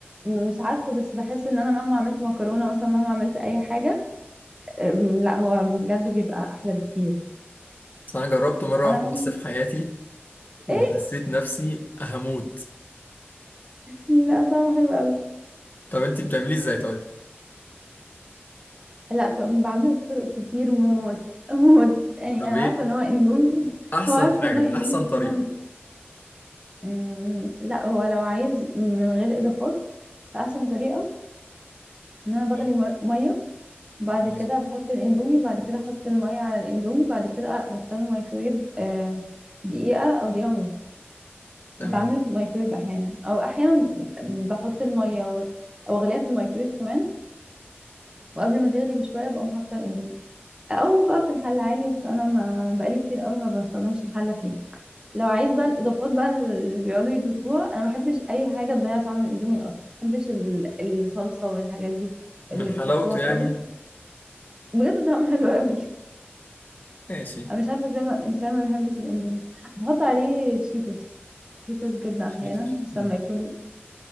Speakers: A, on the right; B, on the left.
A: م- مش عارفه بس بحس ان انا مهما عملت مكرونه مثلا مهما عملت اي حاجه أم، لا هو بجد بيبقى احلى بكتير
B: بس انا جربته مره
A: انا
B: واحده
A: بعمل
B: بس في حياتي وحسيت
A: ايه
B: نفسي هموت
A: لا طعمه حلو قوي
B: طب انت بتعمليه ازاي طيب
A: لا ط- بعمله بطرق كتير موت <laughs> موت يعني
B: طب
A: انا
B: ايه
A: عارفه ان هو اندومي
B: احسن
A: هو عارفه
B: حاجه
A: ان هو اندومي
B: احسن
A: بس
B: طريقه
A: انا مم، لا هو لو عايز من غير اضافات فاحسن طريقه ان انا
B: اه
A: بغلي مر- ميه بعد
B: ماشي
A: كده بحط الاندومي بعد كده احط الميه على الاندومي بعد كده ادخله الميكرويف آه، دقيقه او دقيقه ونص
B: تمام
A: بعمل في الميكرويف احيانا او احيانا بحط الميه و- او اغليها في الميكرويف كمان وقبل ما تغلي بشويه بقوم حاطه الاندومي او بقى في الحله عادي بس انا ما بقالي كتير قوي ما بستخدمش الحله فيه لو عايز بقى الاضافات بقى اللي بيقعدوا يضيفوها انا ما بحبش اي حاجه تضيع طعم الاندومي اصلا ما بحبش ال- الصلصه والحاجات دي
B: من
A: اللي
B: حلاوته
A: بيحطوها خالص
B: يعني
A: بجد طعمه <laughs> حلو قوي
B: ماشي
A: انا مش عارفه ازاي ما- الانسان ما بيحبش الاندومي بحط عليه شيتوس شيتوس جبنه
B: شيتوس
A: احيانا بس
B: مم.
A: لما يكون